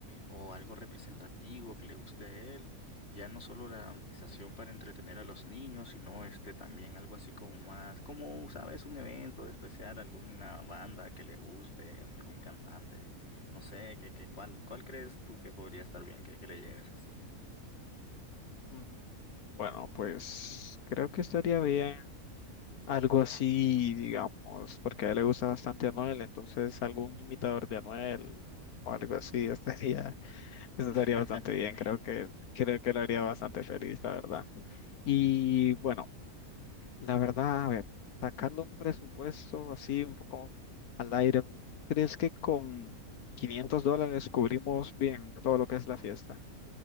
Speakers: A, on the left; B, on the left.
A: o algo representativo que le guste a él. Ya no solo la dramatización para entretener a los niños, sino este también algo así como más, como, sabes, un evento de especial, alguna banda que le guste, algún cantante, no sé, que, que, ¿cuál, cuál crees tú que podría estar bien que, que le lleves así?
B: bro? Bueno, pues creo que estaría bien algo así, digamos, porque a él le gusta bastante Anuel, entonces algún imitador de Anuel o algo así estaría, <laughs> estaría
A: <laughs>
B: bastante bien, creo que, creo que lo haría bastante feliz, la verdad. Y bueno, la verdad, a ver, sacando un presupuesto así un poco al aire, ¿crees que con 500 dólares cubrimos bien todo lo que es la fiesta?